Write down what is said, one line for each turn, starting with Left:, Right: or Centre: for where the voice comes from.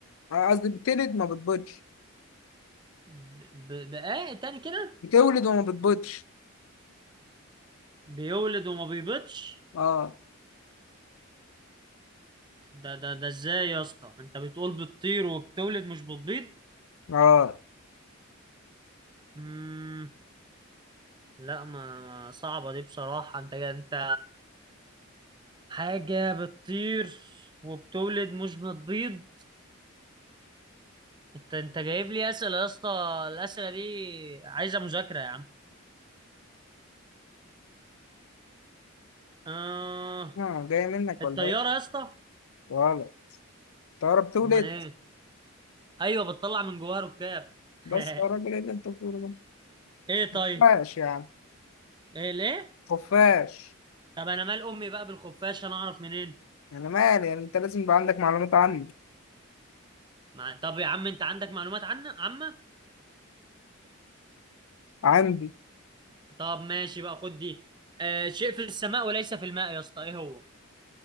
Left: آه، قصدي بتلد ما بتبيضش
Right: ب... ب... بقى تاني كده
Left: بتولد وما بتبيضش
Right: بيولد وما بيبيضش
Left: اه
Right: ده ده ده ازاي يا اسطى انت بتقول بتطير وبتولد مش بتبيض
Left: اه
Right: مم... لا ما ما- صعبة دي بصراحة انت انت حاجة بتطير وبتولد مش بتبيض انت انت جايب لي اسئلة يا اسطى الاسئلة دي عايزة مذاكرة يا عم آه...
Left: اه جاية منك
Right: الطيارة
Left: ولا ايه؟
Right: يا اسطى
Left: غلط طيارة بتولد
Right: امال ايه ايوه بتطلع من جواها ركاب <laughs>
Left: بس يا راجل ايه اللي انت بتقوله ده؟
Right: ايه
Left: خفاش
Right: طيب
Left: يا عم
Right: ايه ليه
Left: خفاش
Right: طب انا مال امي بقى بالخفاش انا اعرف منين
Left: انا مالي يعني انت لازم يبقى عندك معلومات عني
Right: مع... طب يا عم انت عندك معلومات عنه عامه
Left: عندي
Right: طب ماشي بقى خد دي آه شيء في السماء وليس في الماء يا اسطى ايه هو